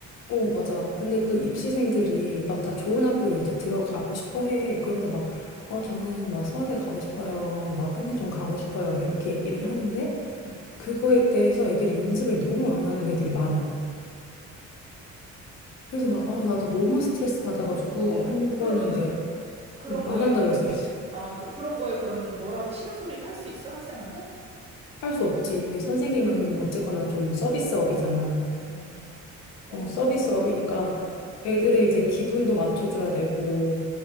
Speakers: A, on the left; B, on the right.
A: 어, 맞아. 근데 그 입시생들이 막 다 좋은 학교로 이제 들어가고 싶어 해. 그러면서 막, 어, 저는 막 서울대 가고 싶어요. 막 한예종 가고 싶어요. 막 이렇게 얘기를 하는데,
B: 음.
A: 그거에 대해서 애들이 연습을 너무 안 하는 애들이 많아. 그래서 막, 아, 나도 너무 스트레스 받아가지고,
B: 응,
A: 한
B: 그러면은
A: 번은 이제,
B: 그런
A: 음,
B: 거에,
A: 안 한다 그랬어요. <laughs>
B: 아, 그, 런 거에 그러면은 뭐라고 싫은 소리를 할 수 있어, 학생한테?
A: 할 수 없지. 이게 선생님은 어쨌거나 좀 서비스업이잖아.
B: 어, 어,
A: 어, 서비스업이니까
B: 야, 그것도 너무 힘들다, 야.
A: 애들의 이제 기분도 맞춰줘야 되고,